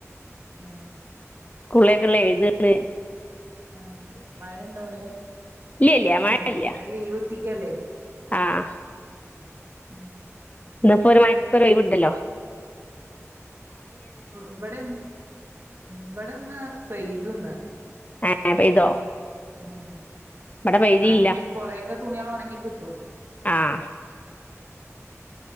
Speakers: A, on the right; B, on the left.
A: ഉം
B: സ്കൂളെയ്ക്കൊള്ള എഴ്താണ്.
A: ആ മഴണ്ടോവിടെ
B: ഇല്ല ഇല്ല
A: ഉം
B: മഴ ഇല്ല
A: ഇന്ന് ലീവ് ട്ടിക്കല്ലേ?
B: ആഹ്
A: <unintelligible>
B: ഇന്നിപ്പോ ഒരു മഴക്ക് ഒരു ഒഴിവുട്ടല്ലോ
A: ഇവിടൊന്നും ഇവിടന്ന് പെയ്തു ഇന്ന്
B: ഹ ഹ പെയ്തോ
A: മ്
B: ഇവിടെ പെയ്തിയില്ല
A: ഇന്നാലും കുറെയൊക്കെ തുണിയാള് ഒണങ്ങി കിട്ടും
B: ആഹ്